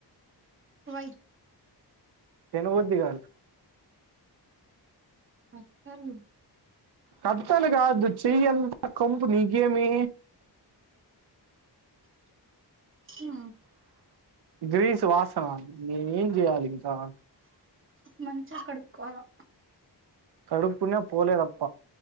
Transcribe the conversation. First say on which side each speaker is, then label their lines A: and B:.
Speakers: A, on the right (about 30°); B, on the right (about 65°).
A: ఓయ్
B: తినబుద్ధి కాదు
A: అక్కలే
B: కట్తాలగా కాదు చెయ్యి అంత కొంపు నీ గేమి
A: ఆ
B: గ్రీస్ వాసన నేను ఏం చేయ్యాలి ఇంకా
A: మంచిగా కడుకోవాలా
B: కడుకున్న పోలేదప్ప